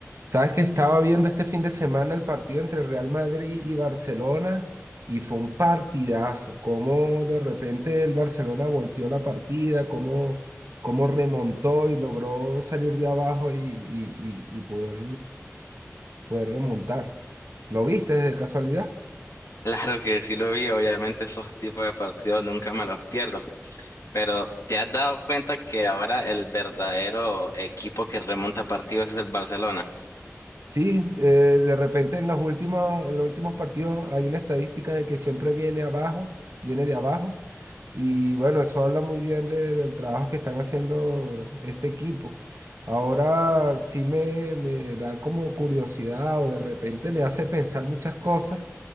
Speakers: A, on the right (about 60°); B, on the left (about 70°).
A: Sabes que estaba viendo este fin de semana el partido entre Real Madrid y Barcelona y fue un partidazo. Cómo de repente el Barcelona volteó la partida, cómo, cómo remontó y logró salir de abajo y, y- y- y poder, poder remontar. ¿Lo viste de casualidad?
B: Claro que sí lo vi, obviamente esos tipos de partidos nunca me los pierdo. Pero ¿te has dado cuenta que ahora el verdadero equipo que remonta partidos es el Barcelona?
A: Sí, eh, de repente en los últimos, en los últimos partidos hay una estadística de que siempre viene abajo, viene de abajo. Y bueno, eso habla muy bien de- del trabajo que están haciendo este equipo. Ahora sí me, me da como curiosidad o de repente me hace pensar muchas cosas,